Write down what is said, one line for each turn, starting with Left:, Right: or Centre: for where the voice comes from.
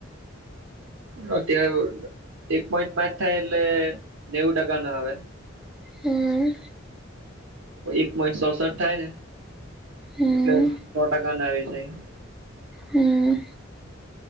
Right: અત્યારે એક પોઈન્ટ પાંચ થાય એટલે નેવું ટકા ના આવે.
Centre: હમ્મ.
Right: એક પોઈન્ટ સડસઠ થાય ને
Centre: હમ્મ
Right: એટલે સો ટકા ના આવી જાય.
Centre: હમ્મ.